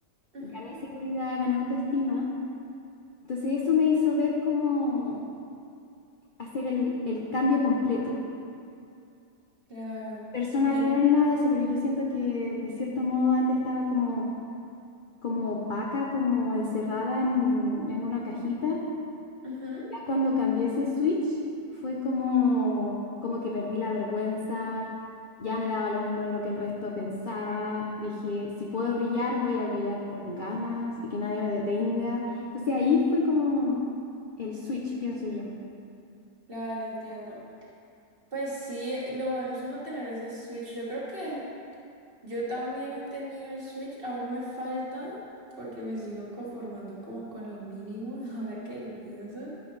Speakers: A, on the right (about 30°); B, on the left (about 50°).
A: ujú,
B: Gané seguridad, gané autoestima. Entonces eso me hizo ver cómo hacer el, el cambio completo.
A: Claro.
B: Personalidad
A: Eh,
B: ni nada de eso, pero yo siento que de cierto modo antes estaba como, como opaca, como encerrada en, en una cajita.
A: ujú,
B: Ya cuando cambié ese switch fue como, como que perdí la vergüenza, ya me daba lo mismo lo que el resto pensara, dije, si puedo brillar, voy a brillar con ganas y que nadie me detenga. Entonces ahí fue como el switch, pienso yo.
A: Claro, entiendo. Pues sí, lo bueno es uno tener ese switch. Yo creo que Yo también he tenido el Switch, aún me falta porque me sigo conformando como con lo mínimo, <laughs> ahora que lo pienso,